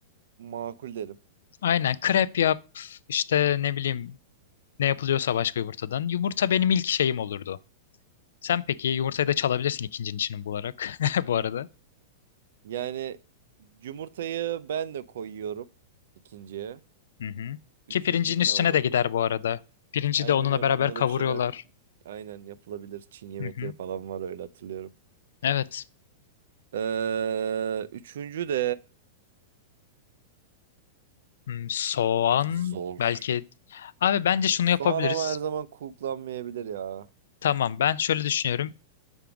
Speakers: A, on the right; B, on the left.
A: makul derim.
B: aynen krep yap işte ne bileyim ne yapılıyorsa başka yumurtadan. Yumurta benim ilk şeyim olurdu. Sen peki yumurtayı da çalabilirsin ikincinin içini bularak <laughs> bu arada.
A: Yani yumurtayı ben de koyuyorum ikinciye.
B: Hı hı. Ki
A: Üçüncüm
B: pirincin üstüne
A: ne olurdu?
B: de gider bu arada. Pirinci
A: Aynen
B: de onunla
A: öyle.
B: beraber
A: Onunla
B: kavuruyorlar.
A: da bir şeyler aynen yapılabilir. Çin yemekleri
B: Hı hı.
A: falan var öyle hatırlıyorum.
B: Evet.
A: Ee, üçüncü de
B: Hmm, soğan
A: zor.
B: belki. Abi bence şunu
A: Soğan
B: yapabiliriz.
A: ama her zaman kullanmayabilir ya.
B: Tamam ben şöyle düşünüyorum.